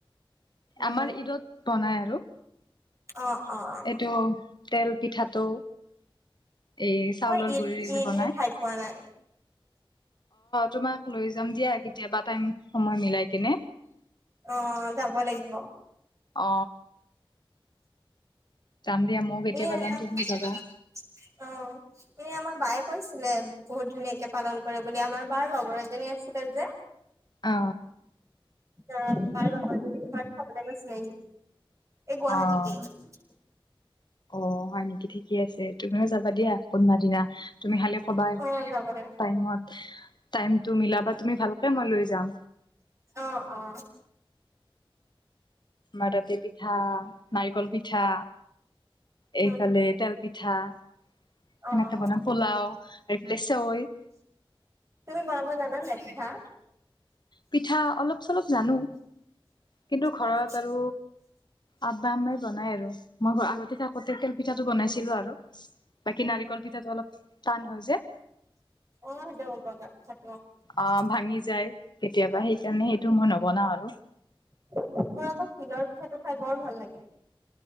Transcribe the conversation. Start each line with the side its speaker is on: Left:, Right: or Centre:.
Right: উম,
Left: আমাৰ ঈদত বনাই আৰু।
Right: অ, অ, অ।
Left: এইটো তেল পিঠাটো। এই চাউলৰ
Right: মই ঈদ
Left: গুৰি এই
Right: ঈদহে
Left: যে বনাই।
Right: খাই
Left: অ,
Right: পোৱা নাই।
Left: তোমাক লৈ যাম দিয়া কেতিয়াবা টাইম সময় মিলাই কেনে।
Right: অ, যাব লাগিব।
Left: অ। যাম দিয়া ময়ো কেতিয়াবা
Right: এ, অ
Left: যাম তুমিও যাবা।
Right: এ আমাৰ বাইক কৈছিলে বহুত ধুনীয়াকে পালন কৰে বুলি আমাৰ বাৰ লগৰ এজনী আছিলে যে।
Left: অ
Right: অ তাৰ লগৰজনী ঘৰত খাব গৈছিল ই এই গুৱাহাটীতে।
Left: অ', অ, হয় নেকি ঠিকেই আছে। তুমিও যাবা দিয়া কোনোবা দিনা। তুমি খালে কবা
Right: অ', যাব লাগিব।
Left: টাইমত, টাইমটো মিলাবা তুমি ভালকে মই লৈ যাম।
Right: অ, অ।
Left: মাৰতি পিঠা, নাৰিকল পিঠা, এইফালে
Right: উম,
Left: তেল পিঠ পিঠা সেনেকে
Right: অ',
Left: বনাম পোলাও ইফালে ফালে চৈ।
Right: তুমি বনাব জানা নাই পিঠা?
Left: পিঠা অলপ- চলপ জানো কিন্তু ঘৰত
Right: অ',
Left: আৰু আববা আম্মাই বনাই আৰু মই ঘ আগতে থাকোতে তেল পিঠাটো বনাইছিলো আৰু। বাকী নাৰিকল পিঠাটো অলপ টান হয় যে।
Right: <unintelligible>
Left: আহ ভাঙি যায় কেতিয়াবা সেইকাৰণে সেইটো মই নবনাও আৰু।
Right: মোৰ আকৌ তিলৰ পিঠাটো খাই বৰ ভাল লাগে।